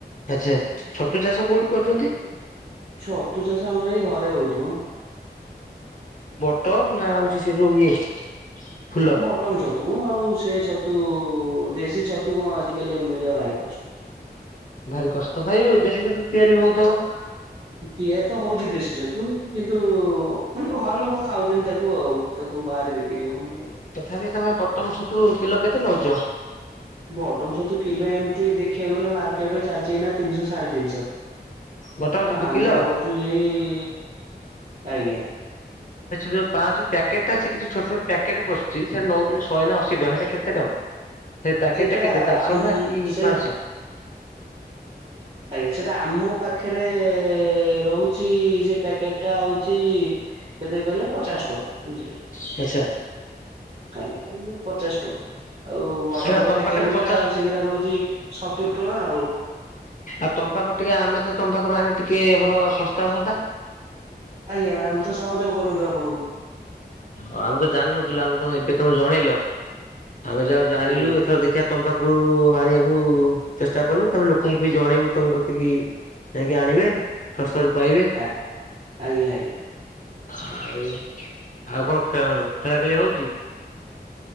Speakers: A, on the left; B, on the right.
A: ଆଚ୍ଛା ଛତୁ ଚାଷ କୋଉଠି କରୁଛନ୍ତି?
B: ଛତୁ ଚାଷ ଆମର ଏଇ ଘରେ ହଉଚି ମ।
A: ତମ୍ ନା ଆଉଛି ସେ ଯୋଉ ଇଏ ଫୁଲ
B: ବଟନ ଛତୁ। ତୁ ଆଉ ସେ ଛତୁ ଦେଶୀ ଛତୁ କଣ ଆଜିକାଲି ଆଉ ମିଳିବା ଭାରି କଷ୍ଟ।
A: ଭାରି କଷ୍ଟ ଥାଏ ଆଉ ଦେଶୀ ଛତୁ ତିଆରି ବି ହଉ ଥବ।
B: ପିଆ ତ ହଉଛି ଦେଶୀ ଛତୁ କିନ୍ତୁ ମାନେ ଘର ଲୋକ ଖାଉଛନ୍ତି ତାକୁ ଆଉ ତାକୁ ବାହାର ବିକ୍ରି ହଉନି ଆଉ।
A: ତଥାପି ତମେ ବଟମ ଛତୁ କିଲୋ କେତେ ନଉଛ
B: ବଟମ ଛତୁ କିଲେ ଏମତି ଏ ଦେଖିବାକୁ ଗଲେ ମାର୍କେଟ ରେ ଚାଲିଛି ଏଇନା ତିନିଶହ ସାଢେତିନିଶହ।
A: ବଟମ ଛତୁ
B: ଆମେ
A: କିଲୋ
B: ଯାଉଛୁ ସେଇ ଆଜ୍ଞା
A: ଆଛା ଯଉ ପାଞ୍ଚ ପ୍ୟାକଟ ଟା ସେ କିଛି ଛୋଟ ଛୋଟ କିଛି ପ୍ୟାକ ିକଟେ ପଶୁଛି ସେଟା ନଉଛନ୍ତି ଶହେ ନା ଅଶୀ ଟଙ୍କା ସେଇଟା କେତେ ଟଙ୍କା। ସେ ପ୍ୟାକେଟ
B: ସେଟା
A: ଟା କେତେ ଚାରିଶହ
B: ଆମ
A: ନା କି
B: ସେ
A: ପାଁସହ।
B: ଆଜ୍ଞା ସେଟା ଆମ ପାଖରେ ରହୁଛି ସେ ପ୍ୟାକେଟ ଟା ହଉଛି କେତେ କହିଲେ ପଚାଶ ଟଙ୍କା। ବୁଝିଲେ।
A: ପଇସା
B: ଆଜ୍ଞା ପଚାଶ ଟଙ୍କା। ଆଉ ବଡ
A: ସେଟା
B: ବଡ
A: ତମ
B: ପ୍ୟାକେଟ
A: ପାଖରେ
B: ଗୁଡା
A: ପଚାଶ
B: ସେଗଡା ରହୁଛି ସତୁରି ଟଙ୍କା ଆଉ।
A: ଆଉ ତମ୍ ପାଖରୁ ଟିକେ ଆମେତ ତମ୍ ପାାଖରୁ ଆଣିଲେ ଟିକେ ଭଲ ଶସ୍ତା ହୁଅନ୍ତା।
B: ଆଜ୍ଞା, ଆମେ ତ ସହଯୋଗ କରନ୍ତୁ, ଆପଣଙ୍କୁ।
A: ହଁ ଆମେ ତ ଜାଣିନଥିଲୁ, ଆମକୁ ତ ଏବେ ତମେ ଜଣେଇଲ! ଆମେ ଯାହଉ ଜାଣିଲୁ,
B: ଆଜ୍ଞା
A: ଏଥର ଦେଖିବା ତମ ପାଖକୁ ଆଣିବାକୁ ଉ-ଉ ଚେଷ୍ଟା କରିବୁ। ତବେ ଲୋକଙ୍କୁ ବି ଜଣେଇବୁ ତମ କତିକି ଯାଇକି ଆଣିବେ। ଶସ୍ତାରୁ ପାଇବେ
B: ଆ ଆଜ୍ଞା ଆଜ୍ଞା।
A: ଆଉ ଆଉ କଣ ଖେଳ ଖେଳା ଖେଳି ହଉଛି?